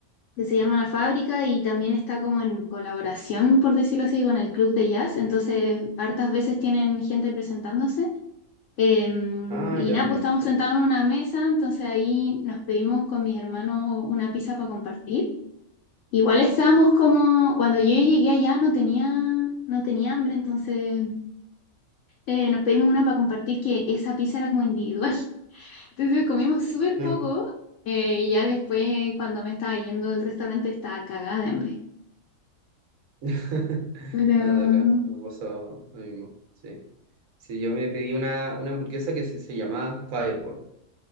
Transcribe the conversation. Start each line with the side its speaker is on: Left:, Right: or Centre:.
Left: que se llama La Fábrica y también está como en colaboración, por decirlo así, con el club de jazz. Entonces, hartas veces tienen gente presentándose. Eh,
Right: Ah,
Left: y
Right: ya,
Left: nada, pues
Right: ya,
Left: estábamos
Right: perfecto.
Left: sentados en una mesa, entonces ahí nos pedimos con mis hermanos una pizza para compartir. Igual estábamos como, cuando yo llegué allá no tenía, no tenía hambre, entonces eh, nos pedimos una para compartir que esa pizza era como individual. <laughs> Entonces comimos súper
Right: Ah.
Left: poco eh, y ya después cuando me estaba yendo del restaurante estaba cagada de hambre.
Right: <laughs>
Left: Pero...
Right: Nada, nada, me pasó lo mismo, sí. Sí, yo me pedí una, una hamburguesa que se, se llamaba Fireball.